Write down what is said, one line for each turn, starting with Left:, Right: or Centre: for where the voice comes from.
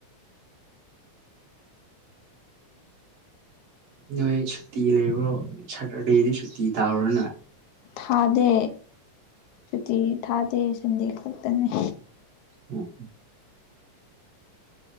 Right: ꯅꯣꯏ ꯁꯨꯇꯤ ꯂꯩꯕ꯭ꯔꯣ ꯁꯇꯔꯗꯦꯗꯤ ꯁꯨꯇꯤ ꯇꯥꯕ꯭ꯔꯣꯅ
Left: ꯊꯥꯗꯦ ꯁꯨꯇꯤ ꯊꯥꯗꯦ ꯁꯟꯗꯦ ꯈꯛꯇꯅꯦ
Right: ꯎꯝ